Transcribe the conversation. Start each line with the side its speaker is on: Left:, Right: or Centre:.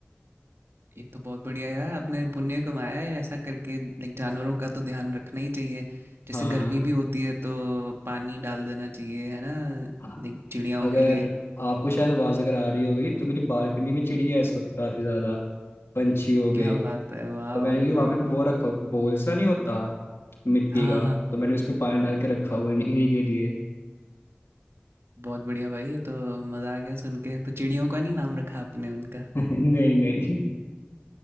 Right: ये तो बहुत बढ़िया यार आपने पुण्य कमाया है ऐसा करके लाइक जानवरों का तो ध्यान रखना ही चाहिए जैसे
Left: हाँ
Right: गर्मी भी होती है तो पानी डाल देना चाहिए है ना
Left: हाँ
Right: लाइक चिड़ियाओं
Left: अगर
Right: के लिए
Left: आपको शायद आवाज अगर आ रही होगी तो मेरी बालकनी में चिड़िया है इस वक्त काफी ज्यादा पंछी हो गए
Right: क्या बात है वाह
Left: तो मैंने भी वहां
Right: लाइक
Left: पे एक वो रखा हुआ, बोल सा नहीं होता मिट्टी
Right: हाँ
Left: का
Right: हाँ हाँ,
Left: तो मैंने उस पे पानी डाल के रखा हुआ है इन्हीं के लिए
Right: बहुत बढ़िया भाई ये तो मज़ा आ गया सुन के तो चिड़ियों का नहीं नाम रखा आपने उनका
Left: नहीं नहीं